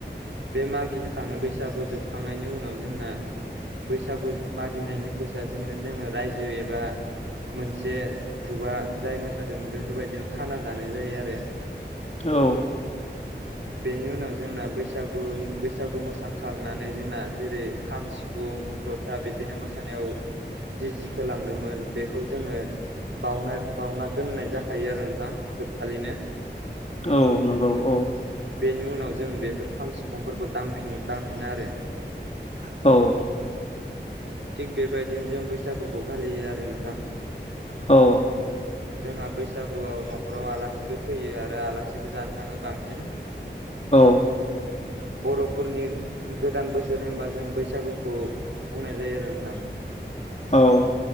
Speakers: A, on the right; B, on the left.
A: बे मागिनोखाङो बैसागु जोबखांनायनि उनाव जोंना बैसागु मागिनायनि फैसाजोंनो जोङो रायजो एबा मोनसे ग्रुपआ जाय मोसादोंमोन बेफोरबायदिनो खाना जानाय जायो आरो
B: औ
A: बेनि उनाव जोंना बैसागु बैसागु मोसा खांनानै जोंना जेरै खाम सि सिफुं जथा बिदिनो मोसानायाव जि जि खोलांदोंमोन बेखौ जोङो बावनाय बावना दोननाय जाखायो आरो नोंथां जोबखालिनो
B: औ नंगौ औ
A: बेनि उनाव जों बेफोर खाम सिफुंफोरखौ दांफिन दांफिनो आरो
B: औ
A: थिग बेबायदिनो जों बैसागुखौ फालियो आरो नोंथां
B: औ
A: जोंहा बैसागुआव न'खराव आलासिबो फैयो आरो आलासिबो जानो थाङो बांसिन
B: ओ
A: बर'फोरनि गोदान बोसोर होनबा जों बैसागुखौ बुंनाय जायो आरो नोंथां
B: औ